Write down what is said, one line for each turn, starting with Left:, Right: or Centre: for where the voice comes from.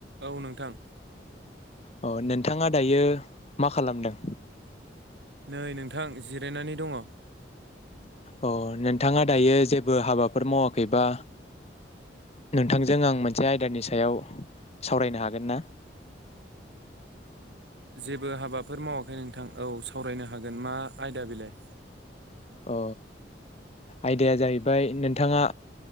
Right: औ नोंथां।
Left: अ नोंथाङा दायो मा खालामदों?
Right: नै नोंथां जिरायनानै दङ।
Left: अ नोंथाङा दायो जेबो हाबाफोर मावाखैबा नोंथांजों आं मोनसे आयदानि सायाव सावरायनो हागोन ना?
Right: जेबो हाबाफोर मावाखै नोंथां औ सावरायनो हागोन मा आयदा बेलाय?
Left: अ आयदाया जाहैबाय नोंथांङा